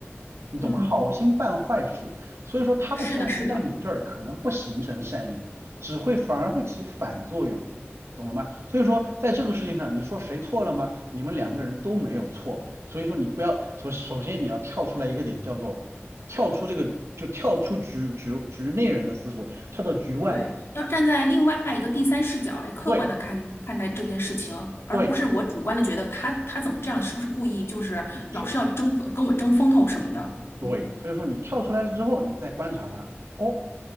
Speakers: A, on the right; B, on the left.
A: 你懂吗？
B: 嗯，
A: 好心办坏事，所以说他的善意在你这儿可能不形成善意，
B: 是的，是的。
A: 只会反而会起反作用，懂了吗？所以说在这个事情上，你说谁错了吗？你们两个人都没有错，所以说你不要首首先你要跳出来一个点，叫做跳出这个就跳出局局局内人的思维，跳到局外，
B: 对，要站在另外一个第三视角来客观的看看待这件事情，
A: 对
B: 而不是我主观的觉得他他怎么这样，
A: 对
B: 是不是故意，就是老是要争跟我争风头什么的。
A: 是。是对，
B: 嗯，
A: 所以说你跳出来了之后，你再观察它，哦，